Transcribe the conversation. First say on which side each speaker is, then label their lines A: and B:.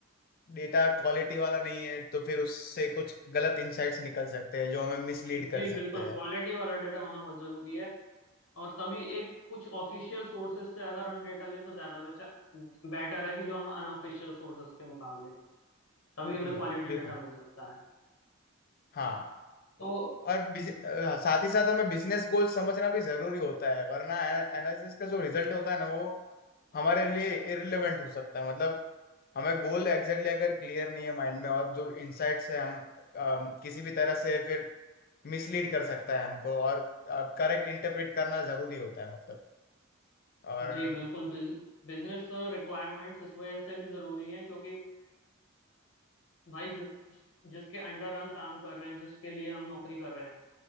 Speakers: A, on the left; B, on the left.
A: डेटा क्वालिटी वाला नहीं है तो फिर उससे कुछ गलत इनसाइट्स निकल सकते हैं जो हमें मिसलीड
B: जी
A: कर सकते
B: बिल्कुल
A: हैं
B: क्वालिटी वाला डेटा होना बहुत जरूरी है और सभी एक कुछ ऑफिशियल सोर्सेज से अगर हम डेटा लें तो ज्यादा बेचा बेटर है कि जो हम अनऑफिशियल सोर्सेज के मुकाबले तभी हमें
A: जी
B: क्वालिटी
A: बिल्कुल
B: डेटा मिल सकता है
A: हाँ
B: तो
A: और बिज- अ, साथ ही साथ हमें बिजनेस गोल समझना भी जरूरी होता है वरना एनालिसिस का जो रिजल्ट होता है ना वो हमारे लिए इररिलेवेंट हो सकता है मतलब हमें गोल एग्जैक्टली अगर क्लियर नहीं है माइंड में और जो इनसाइट्स है हम अ, किसी भी तरह से फिर मिसलीड कर सकता है हमको और करेक्ट इंटरप्रेट करना जरूरी होता है मतलब और
B: जी बिल्कुल बिजनेस रिक्वायरमेंट्स इस वजह से भी जरूरी हैं क्योंकि अ, भाई जिस जिसके अंडर हम काम कर रहे हैं जिसके लिए हम नौकरी कर रहे हैं